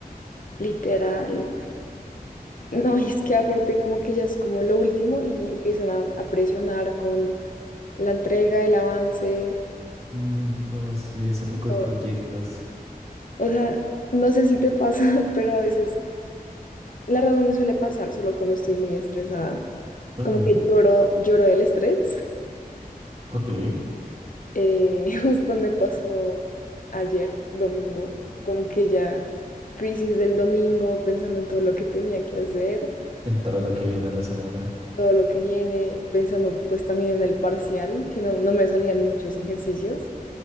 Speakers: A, on the left; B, on the right.
A: Literal. No, y es que aparte como que ya es como lo último y empiezan a, a presionar con la entrega, el avance.
B: Mm, no, sí, ese poco
A: O,
B: de proyectos.
A: o sea, no sé si te pasa, <laughs> pero a veces, la verdad no me suele pasar, solo cuando estoy muy estresada.
B: Ok,
A: Como que lloro, lloro del estrés.
B: ok.
A: Eh, <laughs> justo me pasó ayer, domingo, como que ya crisis del domingo, pensando en todo lo que tenía que hacer.
B: En todo lo que viene a la semana.
A: todo lo que viene, pensando pues también en el parcial, que no, no me salían muchos ejercicios.